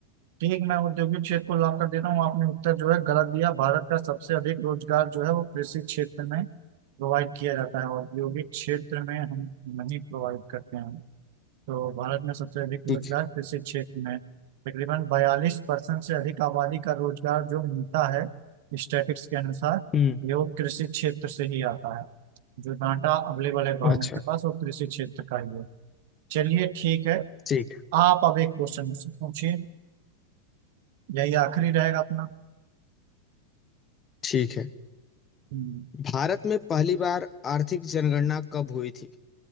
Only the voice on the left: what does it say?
ठीक है।
हम्म
अच्छा
ठीक
ठीक है
भारत में पहली बार आर्थिक जनगणना कब हुई थी